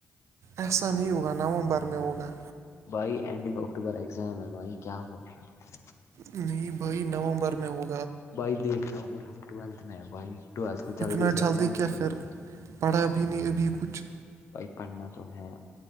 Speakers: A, on the right; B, on the left.
A: ایسا نہیں ہوگا نومبر میں ہوگا
B: بھائی اینڈنگ اکٹوبر ایگزام ہے بھائی کیا رہا ہے
A: نہیں بھ نومبر میں ہو
B: بھائی دیکھا اور ہم ٹویلتھ میں بائی ٹویلت کو جلدی
A: اتنا
B: ہوتا ہے اتھ
A: کیا
B: کو
A: پھر
B: لیٹ
A: پڑھا بھی نہیں ابھی کچھ
B: بھائی پڑھنا تو ہے